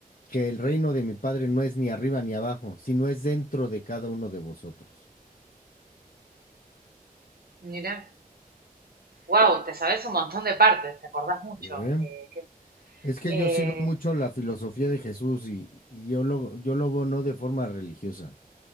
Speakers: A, on the left (about 60°); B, on the right (about 85°).
A: que el reino de mi padre no es ni arriba ni abajo, sino es dentro de cada uno de vosotros.
B: mira. Wow, te sabes un montón de partes, te acordás mucho.
A: ¿Eh?
B: Eh, que-
A: Es que
B: eh,
A: yo sigo mucho la filosofía de Jesús y, y yo lo, yo lo veo no de forma religiosa.